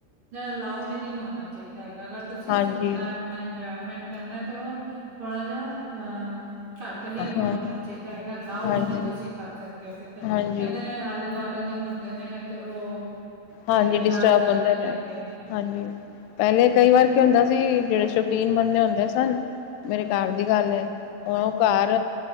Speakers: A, on the right; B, on the left.
A: ਜਾ ਲਾੳਡ ਨਹੀਂ ਹੋਣਾ ਚਾਹੀਦਾ ਹੈਗਾ, ਅਗਰ ਤੁਸੀਂ
B: ਹਾਂਜੀ
A: ਸੁਣਨਾ ਆਪ ਇੰਜੋਏਮੈਂਟ ਕਰਨਾ, ਤੇ ਉਹ ਥੋੜਾ ਜ ਘੱਟ ਹੀ
B: ਹਾਂਜੀ
A: ਹੋਣਾ ਚਾਹੀਦਾ ਹੈਗਾ, ਲਾਊਡ
B: ਹਾਂਜੀ
A: ਨਹੀਂ ਤੁਸੀਂ ਕਰ ਸਕਦੇ ਹੋ ਕਿਤੇ
B: ਹਾਂਜੀ
A: ਕਹਿੰਦੇ ਨੇ, ਆਲੇ -ਦੁਆਲੇ ਦੇ ਹੁੰਦੇ ਨੇ ਤੇ ਉਹ
B: ਹਾਂਜੀ,
A: ਫਿਰ ਇਤਰਾਜ਼
B: ਡਿਸਟਰਬ
A: ਕਰਦੇ
B: ਹੁੰਦੇ ਰ
A: ਹੈਗੇ ਨੇ
B: ਹਾਂਜੀ, ਪਹਿਲੇ ਕਈ ਵਾਰ ਕਹਿਦਾ ਸੀ, ਜਿਹੜੇ ਸ਼ੌਕੀਨ ਬੰਦੇ ਹੁੰਦੇ ਸਨ। ਮੇਰੇ ਘਰ ਦੀ ਗੱਲ ਹੈ, ਹੁਣ ਉਹ ਘਰ